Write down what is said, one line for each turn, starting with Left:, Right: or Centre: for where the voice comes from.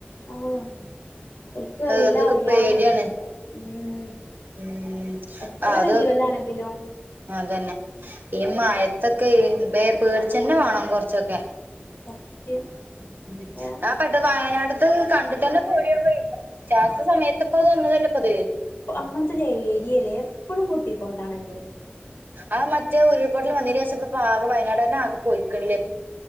Left: ആഹ് ഓൽക്ക് എല്ലാം
Right: ഇതൊക്കെ
Left: അറിയാന്നുള്ളൊരിതാ
Right: പേടിയാണ്
Left: ഉം
Right: ഉം
Left: എത്ര
Right: ആഹ് അത്.
Left: വല്യോലാണെങ്കിലും
Right: അതന്നെ ഈ മയത്തൊക്കെ വേ പേടിച്ചന്നെ വാണം കൊറച്ചൊക്കെ.
Left: സത്യം.
Right: ഉം
Left: ഏഹ്
Right: ആ പട്ട് വയനാട്ത്തത് കണ്ട്ട്ടെന്നെ പേഡ്യാവേ <unintelligible> സമയത്ത് പ്പൊ വന്നതല്ലെപ്പത്
Left: അങ്ങൻത്തൊരേരിയ ലേ എപ്പളും പൊട്ടിക്കൊണ്ടാണല്ലോ
Right: ആ മറ്റേ ഉരുൾപൊട്ടൽ വന്നിന്റെഷം പ്പൊ പ്പാകെ വയനാടെന്നെ ആകെ പൊയ്ക്ക്ണ്ല്ലേ